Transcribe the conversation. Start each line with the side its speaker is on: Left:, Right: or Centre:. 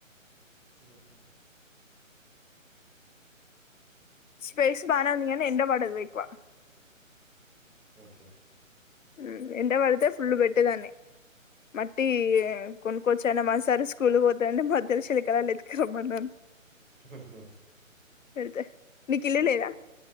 Right: ఓహో
Left: స్పేస్ బానే ఉందినగి ఎండ పడదు ఎక్కువ
Right: ఓకే
Left: ఉ ఎండ పడితే ఫులు పెట్టేదాన్ని మట్టి కొనుక్కొచ్చన మా సార్ స్కూల్ పోతాంటై మాదాల్ శైలికలల ఎతుక రమ్మన్నాను
Right: హు
Left: పేడితే మీకీ ఇల్లు లేదా